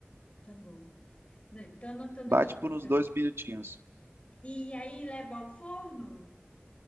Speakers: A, on the left; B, on the right.
A: tá bom. Não, Tô anotando
B: Bate
A: aqui.
B: por
A: Então,
B: uns dois minutinhos.
A: e aí leva ao forno?